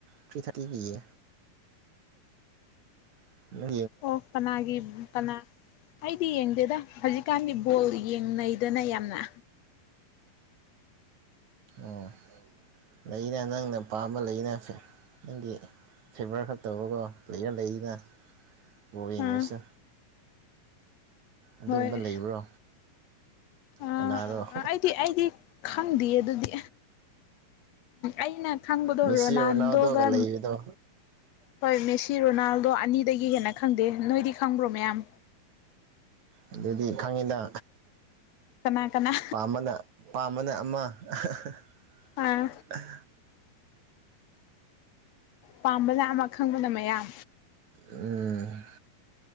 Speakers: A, on the right (about 55°); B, on the left (about 80°).
A: ꯊ꯭ꯔꯤ ꯊꯥꯔꯇꯤꯒꯤꯌꯦ <unintelligible>
B: ꯑꯣꯛꯄꯅꯥꯒꯤ ꯀꯅꯥ ꯑꯩꯗꯤ ꯌꯦꯡꯗꯦꯗ ꯍꯧꯖꯤꯛꯀꯥꯟꯗꯤ ꯕꯣꯜ ꯌꯦꯡꯅꯩꯗꯅ ꯌꯥꯝꯅ
A: ꯑꯣ ꯂꯩꯅ ꯅꯪꯅ ꯄꯥꯝꯕ ꯂꯩꯅ ꯅꯪꯒꯤ ꯐꯦꯚꯔ ꯈꯛꯇꯧꯕꯀꯣ ꯄ꯭ꯂꯦꯌꯔ ꯂꯩꯅ ꯕꯣꯜ ꯌꯦꯡꯗ꯭ꯔꯁꯨ
B: ꯑꯥ
A: ꯑꯗꯨꯒꯨꯝꯕ
B: ꯍꯣꯏ
A: ꯂꯩꯕ꯭ꯔꯣ ꯀꯅꯥꯔꯣ
B: ꯑ ꯑꯩꯗꯤ ꯑꯩꯗꯤ ꯈꯪꯗꯤꯌꯦ ꯑꯗꯨꯗꯤ ꯑꯩꯅ ꯈꯪꯕꯗꯣ
A: ꯃꯦꯁꯤ
B: ꯔꯣꯅꯥꯟꯗꯣꯒ
A: ꯔꯣꯅꯥꯜꯗꯣꯒ ꯂꯩꯕꯗꯣ
B: ꯀꯩ ꯃꯦꯁꯤ ꯔꯣꯅꯥꯜꯗꯣ ꯑꯅꯤꯗꯒꯤ ꯍꯦꯟꯅ ꯈꯪꯗꯦ ꯅꯣꯏꯗꯤ ꯈꯪꯕ꯭ꯔꯣ ꯃꯌꯥꯝ
A: ꯑꯗꯨꯗꯤ ꯈꯪꯉꯤꯗ
B: ꯀꯅꯥ ꯀꯅꯥ
A: ꯄꯥꯝꯕꯅ ꯄꯥꯝꯕꯅ ꯑꯃ <unintelligible>
B: ꯑꯥ ꯄꯥꯝꯕꯅ ꯑꯃ ꯈꯪꯕꯅ ꯃꯌꯥꯝ
A: ꯎꯝ